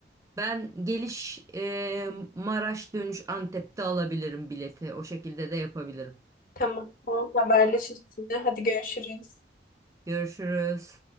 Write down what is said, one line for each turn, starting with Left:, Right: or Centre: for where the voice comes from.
Right: Ben geliş e, Maraş dönüş Antep'te alabilirim bileti. O şekilde de yapabilirim.
Left: Tamam. Tamam haberleşiriz yine. Hadi görüşürüz.
Right: Görüşürüz.